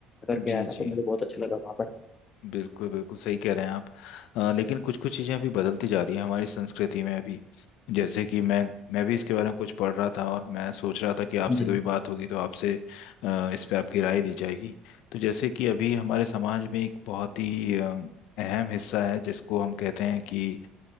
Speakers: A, on the left; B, on the left.
A: करके
B: जी
A: आया था तो
B: जी
A: मुझे बहुत अच्छा लगा वहाँ पर
B: बिल्कुल बिल्कुल सही कह रहे हैं आप अ, लेकिन कुछ कुछ चीज़ें अभी बदलती जा रही है हमारी संस्कृति में अभी जैसे कि मैं मैं भी इसके बारे में कुछ पढ़ रहा था और मैं सोच रहा था कि आपसे
A: जी
B: कभी बात होगी तो आपसे अ, इस पे आपकी राय ली जाएगी तो जैसे कि अभी हमारे समाज में एक बहुत ही अम, अहम हिस्सा है जिसको हम कहते हैं कि